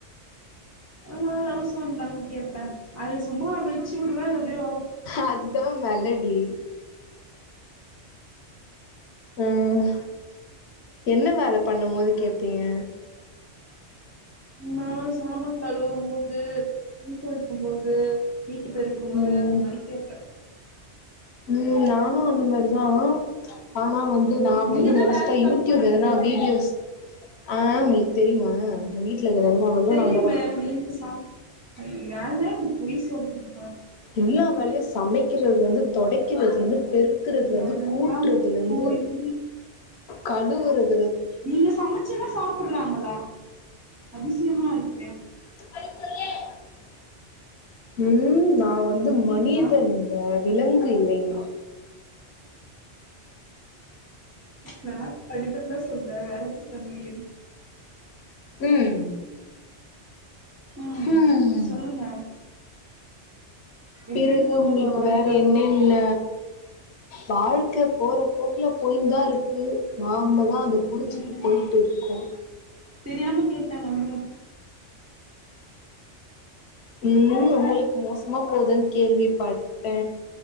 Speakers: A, on the right; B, on the left.
A: நா லவ் சாங்கு தாங்க கேப்ப அது சும்மா வச்சுவிடுவ அது அப்டியே வரு
B: அதுதா மெலடி ம் என்ன வேல பண்ணு போது கேப் பீங்க
A: நா சாமான் கழுவு போது துணி தொவைக்குபோது வீட்டு பெருக்கு போது
B: ம்
A: அந்தமாரி‌‌ கேப்ப
B: ம் நானு அந்த மாரிதா ஆனா வந்து நா வந்து
A: நீங்க தா
B: மோஸ்ட்டா
A: வேலையே
B: யூட்யூப்
A: பாக்க மாட்டீங்களே
B: எதனா வீடியோஸ் ஆ உங்களுக்கு தெரியுமா நா வீட்ல இருக்கிற எல்லா வேலையு
A: தெரியுமே
B: நாதா பாப்ப
A: நீங்க சா ஏங்க இப்டி பொய் சொல்றீங்க
B: எல்லா வேலையு சமக்கிறதுல இருந்து தொடக்கிறதுலருந்து பெரு க்கறுதுல
A: எல்லா
B: ருந்து கூட்டுறதுல இருந்து
A: போயி
B: கழுவுறது
A: நீங்க சமச்சுன்னா சாப்புடுறாங்களா அதிசயமா இருக்கே
B: <unintelligible> உம் நா வந்து
A: இருக்கீங்களா
B: மனிதன்ங்க விலங்கு இல்லைங்க
A: நா மனிதன்தா சொன்னே வேற ஒன்னு சொல்லலையே
B: ம்
A: உம்
B: ம்
A: சொல்லுங்க எப்டி
B: பிறகு
A: போது
B: உங்களுக்கு
A: உங்க வாழ்க்கல்லா
B: வேற என்னென்ன வாழ்க்க போற போக்குல போயிந்தா இருக்கு நாமதா அத புடிச்சிட்டு
A: ம்
B: போய்ட்டு இருக்கோ
A: தெரியாம கேட்டேங்க விடுங்க
B: உம் உங் உங்களுக்கு மோசமா போதுனு கேள்விப்பட்ட